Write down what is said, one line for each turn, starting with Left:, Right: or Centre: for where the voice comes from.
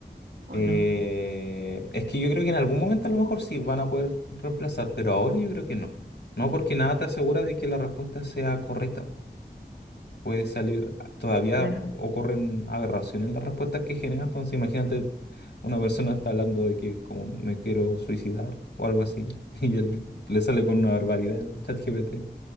Right: ¿o
Left: eh,
Right: no?
Left: es que yo creo que en algún momento a lo mejor sí van a poder reemplazar, pero ahora yo creo que no. No, porque nada te asegura de que la respuesta sea correcta. puede salir, todavía
Right: Claro.
Left: ocurren aberraciones en las respuestas que genera, entonces imagínate una persona está hablando de que como me quiero suicidar o algo así, <laughs> y él le sale con una barbaridad el chat GPT.